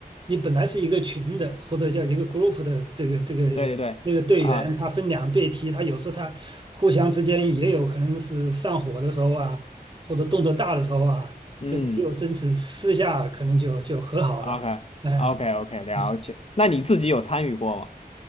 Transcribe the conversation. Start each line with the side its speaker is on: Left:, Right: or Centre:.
Right: 你本来是一个群的或者叫一个 group 的这个这个那个队员，
Left: 对对对。啊、
Right: 他分两队踢，他有时候他互相之间也有可能是上火的时候啊，或者动作大的时候啊，
Left: 嗯
Right: 这个又争执，私下可能就就和好了，
Left: ，OK
Right: 哎、
Left: OK OK，了解。
Right: 嗯
Left: 那你自己有参与过吗？